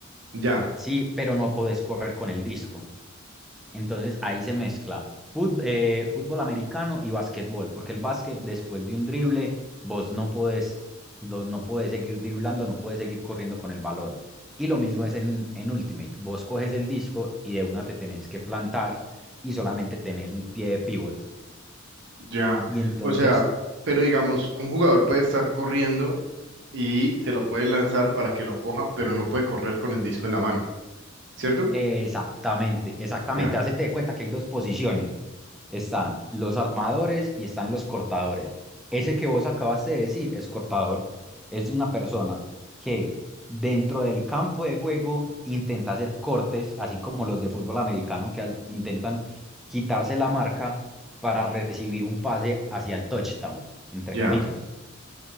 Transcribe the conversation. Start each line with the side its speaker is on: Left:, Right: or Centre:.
Right: ya,
Centre: Sí, pero no podés correr con el disco. Entonces ahí se mezcla fut- eh, fútbol americano y básquetbol porque el básquet después de un drible, vos no podés, do- no podés seguir driblando, no podés seguir corriendo con el balón. Y lo mismo es en, en Ultimate. Vos coges el disco y de una te tenés que plantar y solamente tenés un pie de pivot.
Right: ya.
Centre: Y entonces
Right: O sea, pero digamos, un jugador puede estar corriendo y se lo puede lanzar para que lo coja, pero no puede correr con el disco en la mano, ¿cierto?
Centre: Exactamente, exactamente.
Right: Ya,
Centre: Hacete de cuenta que hay dos posiciones. Están los armadores y están los cortadores. Ese que vos acabaste de decir es cortador. Es una persona que dentro del campo de juego intenta hacer cortes, así como los de fútbol americano, que hace- intentan quitarse la marca para recibir un pase hacia el touchdown, entre
Right: ya,
Centre: comillas.